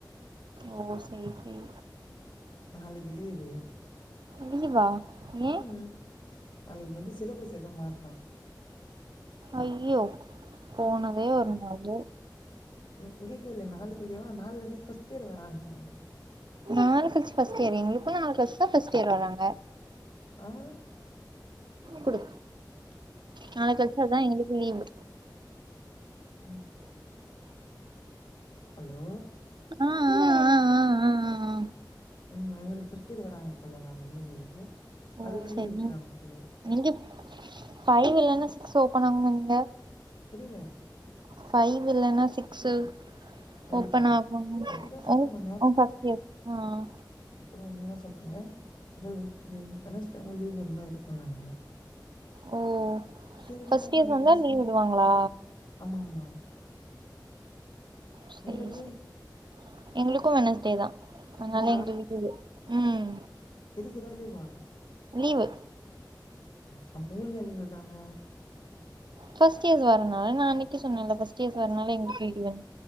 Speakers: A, on the right; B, on the left.
A: ஓ செரி செரி
B: நாளிக்கு லீவ்வு
A: லீவா ஏ
B: உம்ம் நாளிக்கி வந்து சிலப்ஃபஸ் எதோ மாறுதா
A: ஐயோ போனதே ஒரு நாளு
B: இர் இங்க கேளு நாளிக்கி லீவா நாளானைக்கி ஃபர்ஸ்ட் இயர் வராங்கலா
A: நாளக்களுச்சு ஃப்ஸ்ட் இயர் எங்களுக்கு நாளக்களுச்சுதா ஃபர்ஸ்ட் இயர் வராங்க
B: ஹா
A: குடு நாளகளுச்சதா எங்களுக்கு லீவு
B: ம் ஹலோ
A: ஆ ஆ ஆ ஆ ஆ ஆ
B: உம் எங்களுக்கு ஃபர்ஸ்ட் இயர் வராங்க போல நாள்னனிக்கி
A: ஓ
B: அதுக்கு
A: சரி
B: லீவ் விட்டுறாங்க போலே
A: நீங்க ஃபைவ் இல்ன்னா சிக்ஸ் ஓப்பன் ஆகுனு நெனக்கே
B: புரியல
A: ஃபைவ் இல்லன்னா சிக்ஸு
B: உங்களுக்கா
A: ஓப்பன் ஆகுன்னு
B: அப்டிதா சொன்னாங்க
A: ஹ் அஹ் ஃபர்ஸ்ட் இயர் ஆ ஆ
B: அப்புற வந்து என்ன சொன்னாங்க உங்களுக்கு வெனஸ்டே லீவ் இருந்தா இருக்குன்னாங்க
A: ஓ
B: சரி
A: ஃபர்ஸ்ட்
B: ஓகேமேம்
A: இயர்ஸ் வந்தா
B: அன்டர்ஸ்டேன்
A: லீவ் விடுவாங்களா
B: ஆமாம்மா
A: செரி
B: உங்களுக்கு
A: செரி எங்களுக்கு வெனஸ்டே தா அதனால
B: லீவா
A: எங்க வீட்டுது ம்
B: இருக்குதா லீவா
A: லீவு
B: அ உங்களுக்கே லீவுட்றாங்க
A: ஃபர்ஸ்ட் இயர்ஸ் வரனால நா அன்னைக்கே சொன்னேன்ல ஃபர்ஸ்ட் இயர்ஸ் வரனால எங்களுக்கு லீவுனு